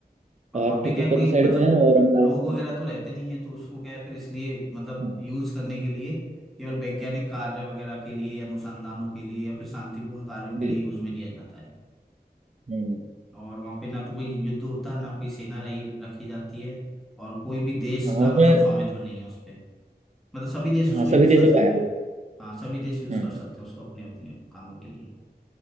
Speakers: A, in the centre; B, on the right.
A: और वहां
B: आर्कटिक
A: पे क्या है,
B: ऊपर
A: कोई
B: की साइड
A: मतलब
B: में है और अंटार्कटिक
A: लोग वगैरह
B: नीचे
A: तो रहते नहीं है तो उसको क्या है फिर इसलिए मतलब
B: हाँ
A: यूज करने के लिए केवल वैज्ञानिक कार्य वगैरह के लिए या अनुसंधानों के लिए या फिर शांतिपूर्ण कार्यों के
B: बिल्कुल
A: लिए यूज
B: बिल्कुल
A: में लिया जाता है
B: हम्म
A: और वहां पे ना तो कोई युद्ध होता है ना कोई सेना रही रखी जाती है और कोई भी देश
B: हाँ
A: का
B: उसमें
A: मतलब स्वामित्व नहीं है उस पे मतलब सभी देश उसको
B: हाँ सभी
A: यूज
B: देशों
A: कर सकते
B: का है
A: हैं
B: वो
A: हाँ सभी देश यूज
B: हम्म
A: कर सकते हैं उसको अपने अपने कामों के लिए